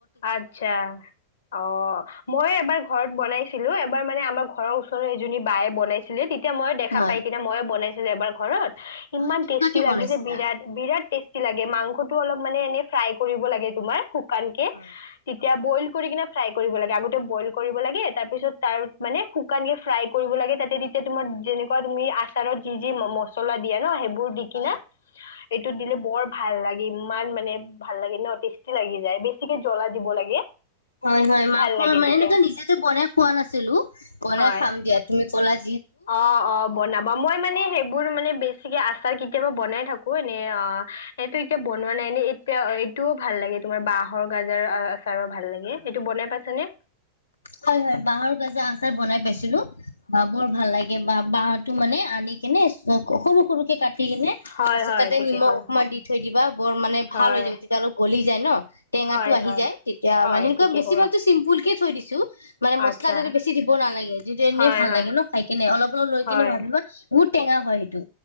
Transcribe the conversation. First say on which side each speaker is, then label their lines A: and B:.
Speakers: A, on the left; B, on the left.
A: আত্ছা, অ', মই এবাৰ ঘৰত বনাইছিলোঁ, এবাৰ মানে আমাৰ ঘৰৰ ওচৰৰ এজনী বায়ে বনাইছিলে তেতি তেতিয়া মই দেখা
B: হয়
A: পাই কিনে মই বনাই এন এবাৰ ঘৰত?
B: হয়
A: ইমান
B: কেনেকুৱাকে
A: টেষ্টি
B: বনাইছিলা
A: লাগিছে বিৰাট, বিৰাট টেষ্টি। কে লাগে মাংসটো অলপ মানে এনে ফ্ৰাই কৰিব লাগে তোমাৰ শুকানকে।
B: হয়
A: তেতিয়া
B: হয়
A: ব'ইল কৰি কিনে ফ্ৰাই কৰিব লাগে, আগতে ব'ইল কৰিব লাগে, তাৰ পিছত তাৰ মানে শুকানকে ফ্ৰাই কৰিব লাগে, তাতে তেতিয়া তোমাৰ যেনেকুৱা তুমি আচাৰত যি যি ম-মছলা দিয়া ন' সেইবোৰ বোৰ দি কিনে
B: হয়
A: এইটোত দিলে বৰ ভাল লাগে, ইমান মানে ভাল লাগে ন' টেষ্টি লাগি যায় দে ছিকে জ্বলা দিব লাগে।
B: হয়, হয়,
A: ভাল
B: মাংস
A: লাগে
B: মানে
A: তেতিয়া
B: এনেকুৱা নিজেত বনাই খোৱা নাছিলোঁ, বনাই
A: হয়
B: খাম দিয়া তুমি বলাই
A: অ', অ', বনাবা মই মানে সেইবোৰ মানে বেছ ছিকে আচাৰ কেতিয়াবা বনাই থাকো এনে অ', সেইটো এনেকে বনোৱা নাই এ এতিয়া এইটোও ভাল লাগে তোমাৰ বাঁহৰ গাজাৰ আচাৰৰ ভাল লাগে, এইটো বনাই পাইছা নে?
B: হয়, হয়, বাঁহৰ গাজৰ আচাৰ বনাই পাইছিলো ব বৰ ভাল লাগে ব-বাঁহটো মানে আনি কেনে সৰু সৰুকে কাট টি কিনে তাৰপিছত
A: হয় হয়
B: তাতে
A: ঠিকে
B: নিমখ
A: ক'লা
B: অকণমান দি থৈ দিবা বৰ মানে
A: হয়
B: ভাল হৈ যাব, তেতিয়া অলপ গলি যায় ন'। টেঙাটো
A: হয়
B: আহি
A: হয়
B: যায়, তেতিয়া
A: হয়
B: মানে এনেকুৱা
A: ঠিকে
B: বেছিভাগটো
A: ক'লা
B: চিম্পুলকে থৈ দিছোঁ। মানে মছলা
A: আচ্ছা
B: তাতে বেছি দিব নালাগে, তেতিয়া এনেই
A: হয়
B: ভাল
A: হয়
B: লাগে ন' খাই কেনে অলপ অলপ লৈ
A: হয়
B: কেনে ভাত লগত বহুত টেঙা হয় সেইটো।